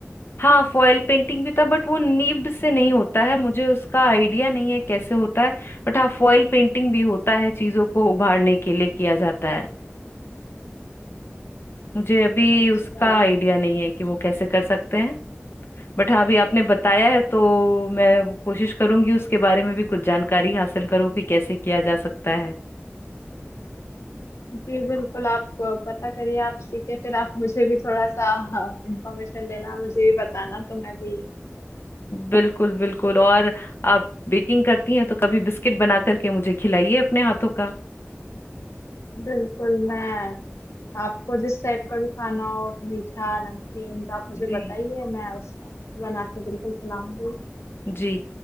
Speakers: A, on the left; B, on the left.
A: हाँ फॉयल पेंटिंग भी था बट वो नीब से नहीं होता है मुझे उसका आइडिया नहीं है कैसे होता है बट हाँ फॉयल पेंटिंग भी होता है चीजों को उभारने के लिए किया जाता है मुझे अभी
B: अच्छा
A: उसका आइडिया नहीं है कि वो कैसे कर सकते हैं बट हाँ अभी आपने बताया है तो मैं वो कोशिश करूंगी उसके बारे में भी कुछ जानकारी हासिल करूँ कि कैसे किया जा सकता है
B: जी बिल्कुल आप अ, पता करिए आप सीखे फिर आप मुझे भी थोड़ा सा इंफॉर्मेशन लेना मुझे भी बताना तो मैं भी
A: बिल्कुल बिल्कुल और आप बेकिंग करती हैं तो कभी बिस्किट बना करके मुझे खिलाइए अपने हाथों का
B: बिल्कुल मैं आपको जिस टाइप का भी खाना हो मीठा नमकीन तो आप मुझे
A: जी
B: बताइए मैं उसका बना के बिल्कुल खिलाऊंगी
A: जी